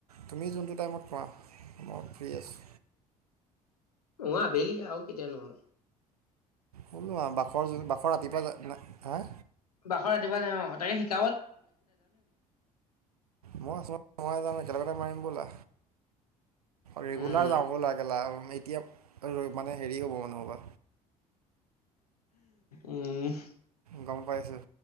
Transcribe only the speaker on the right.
তুমি যোনটো টাইমত পোৱা মই ফ্ৰী আছোঁ।
বোলো আম বাখৰ বাখৰ ৰাতিপুৱা ন হা।
মই মই যাম একেলগতে মাৰিম ব'লা। ৰেগুলাৰ
যাওঁ বলা খেলা এতিয়া মানে হেৰি হ'ব মানহ'বা।
গম পাইছোঁ।